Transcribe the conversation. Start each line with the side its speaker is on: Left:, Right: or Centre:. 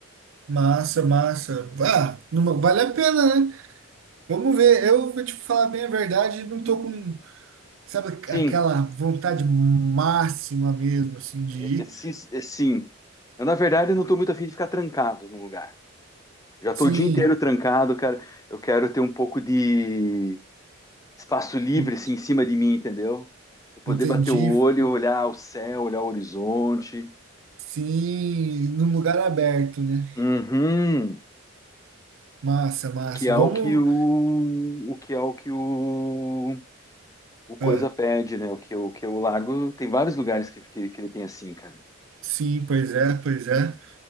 Right: Massa, massa. Ah, numa, vale a pena, né? Vamos ver. Eu vou te falar bem a verdade, não tô com, sabe,
Left: Sim,
Right: aquela vontade máxima mesmo, assim, de
Left: é,
Right: ir.
Left: é, sis- é, sim. Eu, na verdade, eu não estou muito afim de ficar trancado num lugar. Já estou
Right: Sim,
Left: o dia inteiro trancado, cara. Eu quero ter um pouco de espaço livre
Right: en-
Left: assim em cima de mim, entendeu? Eu poder
Right: entendi.
Left: bater o olho, olhar o céu, olhar o horizonte.
Right: Sim, num lugar aberto, né?
Left: Uhum.
Right: Massa, massa.
Left: Que é
Right: Vamos.
Left: o que o, o que é o que o, o coisa
Right: ah,
Left: pede, né? O que o que o largo. tem vários lugares que, que, que ele tem assim, cara.
Right: sim, pois é, pois é.